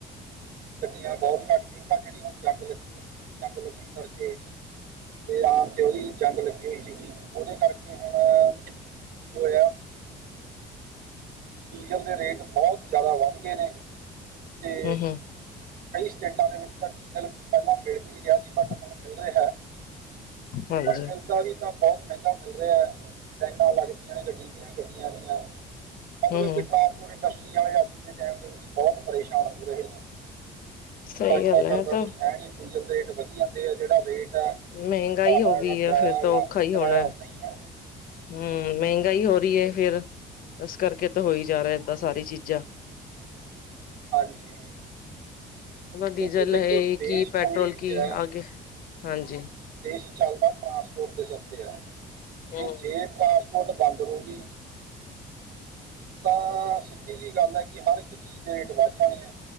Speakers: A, on the right; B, on the left.
A: ਗੱਡੀਆਂ ਬਹੁਤ ਘੱਡੀ ਦੇ ਜਿਹੜੀ ਹੁ <inaudible> ਣ ਜੰਗ ਲੱਗੀ ਹੋਈ ਸੀਗੀ ਜੰਗ ਲੱਗਣ ਕਰਕੇ ਤੇ ਆਮ ਤੇ ਉਹਦੀ ਜੰਗ ਲੱਗੀ ਹੋਈ ਸੀਗੀ ਉਹਦੇ ਕਰਕੇ ਹੁਣ ਕੀ ਹੋਇਆ ਡੀਜ਼ਲ ਦੇ ਰੇਟ ਬਹੁਤ ਜ਼ਿਆਦਾ ਵੱਧ ਗਏ ਨੇ ਤੇ
B: ਹੂੰ-ਹੂੰ,
A: ਕਈ ਸਟੇਟਾਂ ਦੇ ਵਿੱਚ ਤਾਂ ਡੀਜ਼ਲ ਪਹਿਲਾਂ ਮਿਲ ਵੀ ਨਹੀਂ ਰਿਹਾ
B: <unintelligible>
A: ਰਿ
B: ਹਾਂਜੀ,
A: ਪਰ ਮਿਲਦਾ ਵੀ ਤਾਂ ਬਹੁਤ ਮਹਿੰਗਾ ਮਿਲ ਰਿਹਾ ਹੈ ਲਾਈ ਲੱਗਦੀਆਂ ਨੇ ਗੱਡੀ ਦੀਆਂ ਗੱਡੀਆਂ ਦੀਆਂ ਮਤਲਬ
B: ਹੂੰ-ਹੂੰ,
A: ਕਿ ਟਰਾਂਸਪੋਰਟ ਇੰਡਸਟਰੀ ਵਾਲੇ ਅੱਜ ਦੇ ਟਾਈਮ ਦੇ ਵਿੱਚ ਬਹੁਤ ਪਰੇਸ਼ਾਨ ਹੋ ਰਹੇ ਨੇ
B: ਸਹੀ
A: ਅੱਜ
B: ਗੱਲ
A: ਦਾ
B: ਹੈ
A: ਘਦਾ
B: ਤਾਂ
A: ਕੁਛ ਹੈ ਨੀ ਡੀਜ਼ਲ ਦੇ ਰੇਟ ਵਧੀ ਜਾਂਦੇ ਆ ਜਿਹੜਾ ਰੇਟ ਹੈ
B: ਮਹਿੰਗਾਈ
A: ਭਾੜਾ
B: ਹੋ ਗਈ
A: ਹੈਗਾ ਕਿਰਾਇਆ
B: ਹੈ ਫੇਿਰ
A: ਹੈਗਾ
B: ਤਾਂ ਔਖਾ
A: ਕਿਰਾਇਆ
B: ਹੀ ਹੋਣਾ
A: ਉਨਾ ਹੀ ਹੈ
B: ਹਮ ਮਹਿੰਗਾਈ ਹੋ ਰਹੀ ਹੈ ਫਿਰ ਇਸ ਕਰਕੇ ਤਾਂ ਹੋਈ ਜਾ ਰਿਹਾ ਇਏਦਾਂ ਸਾਰੀ ਚੀਜ਼ਾਂ
A: ਹਾਂਜੀ
B: ਡੀਜ਼ਲ
A: ਕਿਉਂਕਿ ਦੇਖੋ
B: ਹੈ
A: ਦੇਸ਼
B: ਕੀ ਪੈਟਰੋਲ
A: ਕੋਈ ਵੀ
B: ਕੀ
A: ਹੈ
B: ਅਗੇ ਹਾਂਜੀ
A: ਦੇਸ਼ ਚੱਲਦਾ ਟਰਾਂਸਪੋਰਟ ਦੇ ਸਿਰ ਤੇ ਹੈ
B: ਹੂੰ,
A: ਤੇ ਜੇ ਟਰਾਂਸਪ ਟ ਬੰਦ ਹੋ ਗਈ ਤਾਂ ਸਿੱਧੀ ਜਿਹੀ ਗੱਲ ਹੈ ਕਿ ਹਰ ਇੱਕ ਚੀਜ਼ ਦੇ ਰੇਟ ਵੱਧ ਜਾਣੇ ਹੈ